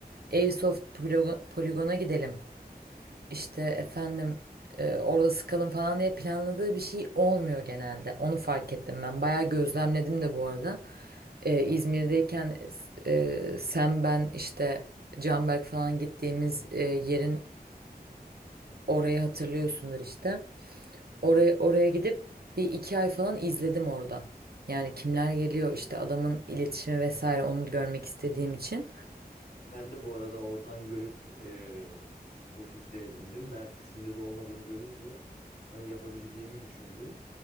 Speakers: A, on the right (about 70°); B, on the left (about 65°).
A: Airsoft poligo- poligona gidelim işte efendim e, orada sıkalım falan diye planladığı bir şey olmuyor genelde. Onu fark ettim ben. Bayağı gözlemledim de bu arada. E, İzmir'deyken e, sen ben işte Canberk falan gittiğimiz e, yerin orayı hatırlıyorsundur işte. Oraya, oraya gidip bir iki ay falan izledim orada. Yani kimler geliyor işte adamın iletişimi vesaire onu görmek istediğim için.
B: Ben de bu arada oradan görüp e, bu fikri edindim. Mersin'de de olmadığını görünce hani yapabileceğimi düşündüm.